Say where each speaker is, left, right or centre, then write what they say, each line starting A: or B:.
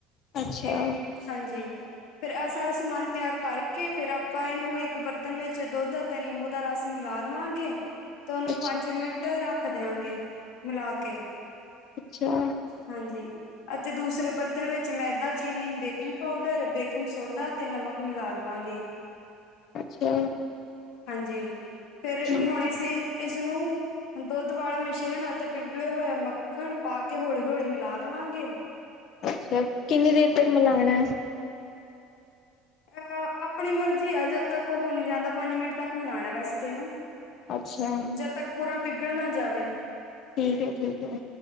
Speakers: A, on the left; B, on the left.
A: ਅੱਛਾ
B: ਇ ਹਾਂਜੀ‌ ਫੇਰ ਆ ਸਾਰਾ ਸਮਾਨ ਤਿਆਰ ਕਰਕੇ ਫੇਰ ਆਪਾਂ ਏਨੂੰ ਇੱਕ ਬਰਤਨ ਵਿੱਚ ਦੁੱਧ 'ਤੇ ਨਿੰਬੂ ਦਾ ਰਸ ਮਿਲਾ ਲਵਾਂਗੇ 'ਤੇ ਉਨੂੰ
A: ਅੱਛਾ
B: ਪੰਜ ਮਿੰਟ ਰੱਖ ਦੇਆਗੇ। ਮੁਲਾਕ
A: ਅੱਛਾ।
B: ਹਾਂਜੀ ਅਤੇ ਦੂਸਰੇ ਬਰਤਨ ਵਿੱਚ ਮੈਦਾ, ਚੀਨੀ, ਬੇਕਿੰਗ ਪਾਊਡਰ, ਬੇਕਿੰਗ ਸੋਡਾ ਤੇ ਨਮਕ ਮਿਲਾ ਲਵਾਂਗੇ।
A: ਅੱਛਾ।
B: ਹਾਂਜੀ। ਫਿਰ
A: ਠੀਕ
B: ਹੁਣ
A: ਹੈ
B: ਏਸੇ ਇਸਨੂੰ ਦੁੱਧ ਵਾਲਾ ਮਿਸ਼ਰਣ ਅਤੇ ਪਿਗਲੇ ਹੋਏਆ ਮੱਖਣ ਪਾ ਕੇ ਹੌਲੀ-ਹੌਲੀ ਮਿਲਾ ਲਵਾਂਗੇ।
A: ਅੱਛਾ ਕਿੰਨੀ ਦੇਰ ਤੱਕ ਮਿਲਾਣਾ?
B: ਅਹ ਆਪਣੀ ਮਰਜ਼ੀ ਆ ਜਦੋਂ ਤੱਕ ਓ ਹੋ ਨੀ ਜਾਂਦਾ ਪੰਜ ਮਿੰਟ ਤੱਕ ਮਿਲਾਣਾ ਵੈਸੇ ਏਨੂੰ।
A: ਅੱਛਾ
B: ਜਦ ਤੱਕ ਪੂਰਾ ਪਿਗਲ ਨਾ ਜਾਵੇ।
A: ਠੀਕ ਐ-ਠੀਕ ਐ।